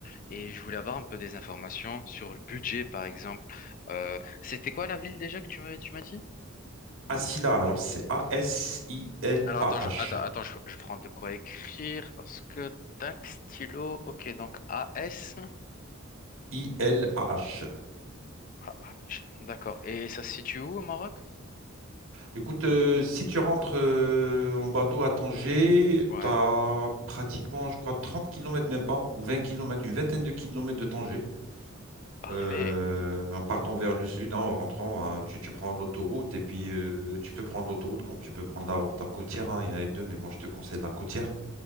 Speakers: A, on the left; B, on the right.
A: Et je voulais avoir un peu des informations sur le budget, par exemple. Euh, c'était quoi la ville déjà que tu m'as, tu m'as dit?
B: Asila, alors c'est A-S-I-L-A-H.
A: Alors, attends, je, attends, attends, je, je prends de quoi écrire parce que tac, stylo, ok, donc AS.
B: I-L-A-H.
A: Ah, d'accord. Et ça se situe où au Maroc?
B: Écoute, euh, si tu rentres euh, en bateau à Tanger,
A: Ouais,
B: tu as pratiquement, je crois, 30 kilomètres même pas, ou 20 kilomètres, une vingtaine de kilomètres de Tanger,
A: parfait.
B: euh, en partant vers le sud, hein, en rentrant, hein, tu, tu prends l'autoroute, et puis euh, tu peux prendre l'autoroute comme tu peux prendre la, la côtière, hein, il y en a les deux, mais moi je te conseille la côtière,